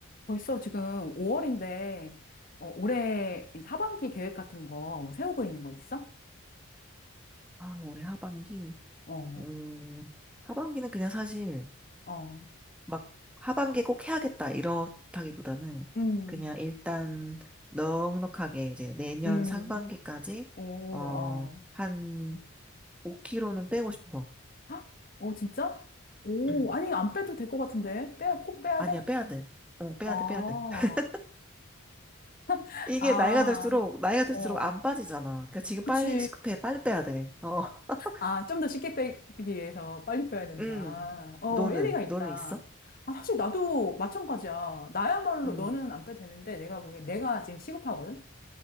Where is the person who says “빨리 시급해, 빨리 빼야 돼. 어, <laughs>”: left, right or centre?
Centre